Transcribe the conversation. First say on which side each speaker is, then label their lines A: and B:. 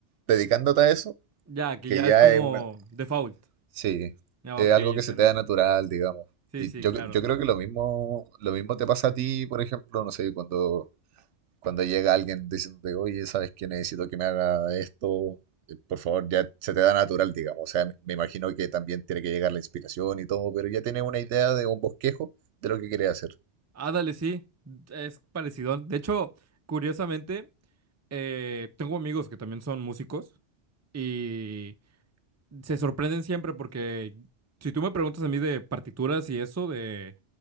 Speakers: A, on the right (about 75°); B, on the right (about 15°).
A: dedicándote a eso,
B: Ya, que
A: que
B: ya
A: ya
B: es como
A: es una,
B: default.
A: sí,
B: Ya,
A: es
B: ok,
A: algo
B: entiendo.
A: que se te da natural, digamos.
B: Sí,
A: Y
B: sí,
A: yo,
B: claro.
A: cre- yo creo que lo mismo, lo mismo te pasa a ti, por ejemplo, no sé, cuando, cuando llega alguien diciéndote, oye, ¿sabes qué? Necesito que me haga esto, eh, por favor, ya se te da natural, digamos. O sea, me me imagino que también tiene que llegar la inspiración y todo, pero ya tienes una idea de un bosquejo de lo que quieres hacer.
B: Ándale, sí, es parecido. De hecho, curiosamente, eh, tengo amigos que también son músicos y se sorprenden siempre porque si tú me preguntas a mí de partituras y eso, de,